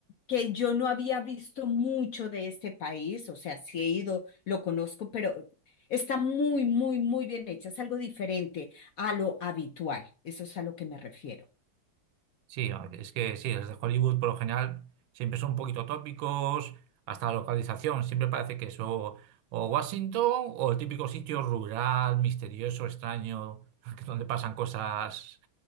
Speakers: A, on the left; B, on the right.
A: que yo no había visto mucho de este país, o sea, sí he ido, lo conozco, pero está muy, muy, muy bien hecha, es algo diferente a lo habitual, eso es a lo que me refiero.
B: Sí, a- ver, es que sí, las de Hollywood por lo general siempre son un poquito tópicos, hasta la localización, siempre parece que es o, o Washington o el típico sitio rural, misterioso, extraño, <laughs> que donde pasan cosas